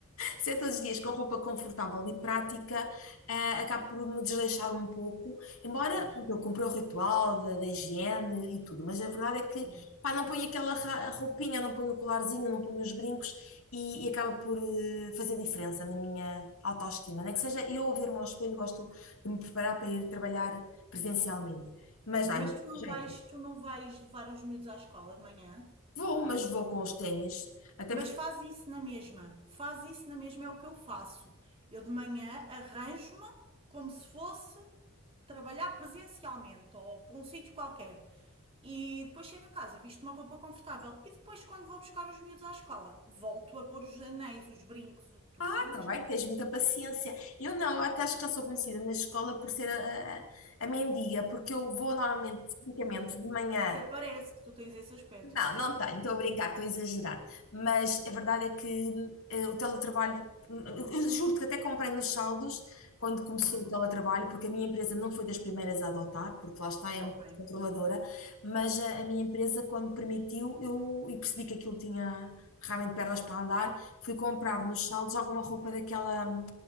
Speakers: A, on the left; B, on the right.
A: Ser todos os dias com roupa confortável e prática, ah, acabo por me desleixar um pouco, embora
B: Pois.
A: pronto, eu cumpra o ritual da, da higiene e tudo, mas a verdade é que
B: Uhum.
A: pá, não ponho aquela ra- roupinha, não ponho o colarzinho, não ponho os brincos e, e acaba por eh, fazer diferença na minha autoestima. Nem que seja eu a ver-me ao espelho, gosto de me preparar para ir trabalhar presencialmente, mas dá
B: Mas
A: imenso
B: tu não
A: jeito.
B: vais, tu não vais levar os miúdos à escola de manhã?
A: Vou, mas vou com os ténis, até
B: Mas faz isso na mesma. Faz isso na mesma, é o que eu faço. Eu de manhã arranjo-me como se fosse trabalhar presencialmente ou para um sítio qualquer. E depois chego a casa, visto uma roupa confortável. E depois, quando vou buscar os miúdos à escola, volto a pôr os anéis, os brincos, o- tudo.
A: Ah,
B: Brincos
A: tá bem,
B: não.
A: tens muita paciência. Eu não, eu até acho que já sou conhecida na escola por ser a, a, a mendiga, porque eu vou normalmente, tipicamente, de manhã
B: Até parece que tu tens esse aspecto.
A: não, não tenho, estou a brincar, estou a exagerar. Mas a verdade é que eh, o teletrabalho, eu eu juro-te que até comprei nos saldos quando começou
B: Claro.
A: o teletrabalho, porque a minha empresa não foi das primeiras a adotar, porque lá está, é
B: Ok.
A: um bocado controladora, mas a, a minha empresa, quando permitiu, eu e percebi que aquilo tinha realmente pernas para andar, fui comprar nos
B: Uhum.
A: saldos alguma roupa daquela hum,